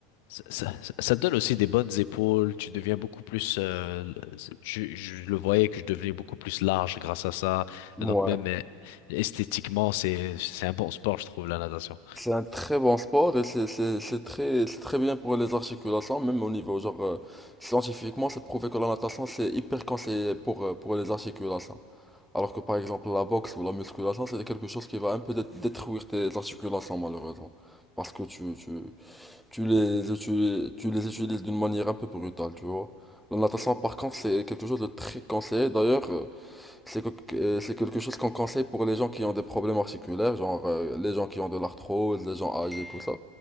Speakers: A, on the left; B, in the centre.
A: Ça, ça- ça- te donne aussi des bonnes épaules, tu deviens beaucoup plus... euh, je, je le voyais que je devenais beaucoup plus large grâce à ça.
B: Ouais,
A: Donc même euh, esthétiquement, c'est, c'est un bon sport, je trouve, la natation.
B: c'est un très bon sport et c'est c'est- c'est très, c'est très bien pour les articulations, même au niveau genre euh, scientifiquement, c'est prouvé que la natation c'est hyper conseillé pour, euh, pour les articulations. Alors que par exemple la boxe ou la musculation, c'est quelque chose qui va un peu dé- détruire tes articulations malheureusement. Parce que tu, tu, tu les utilises, tu les utilises d'une manière un peu brutale, tu vois. La natation par contre, c'est quelque chose de très conseillé. D'ailleurs, euh, c'est que- que- euh, c'est quelque chose qu'on conseille pour les gens qui ont des problèmes articulaires, genre euh, les gens qui ont de l'arthrose, les gens âgés, tout ça.